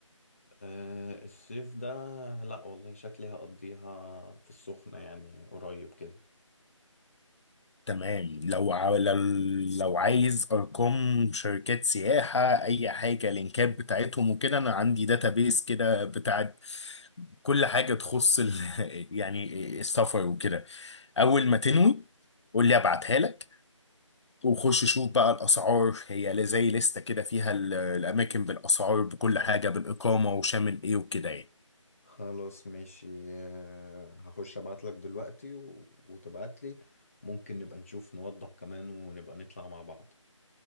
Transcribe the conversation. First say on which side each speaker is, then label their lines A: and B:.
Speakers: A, on the left (about 25°); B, on the left (about 60°).
A: آه، الصيف ده لأ والله شكلي هقضيها في السخنة يعني قريب كده
B: تمام لو عاو- لو لو عايز ارقام شركات سياحه اي حاجه لينكات بتاعتهم وكده انا عندي داتابيس كده بتاعت كل حاجه تخص ال... <laughs> يعني السفر وكده اول ما تنوي قول لي ابعتها لك وخش شوف بقى الاسعار هي ل- زي لستة كده فيها ال- الاماكن بالاسعار بكل حاجه بالاقامه وشامل ايه وكده يعني
A: خلاص ماشي آه، هخش ابعت لك دلوقتي و... وتبعت لي ممكن نبقى نشوف نوضب كمان ونبقى نطلع مع بعض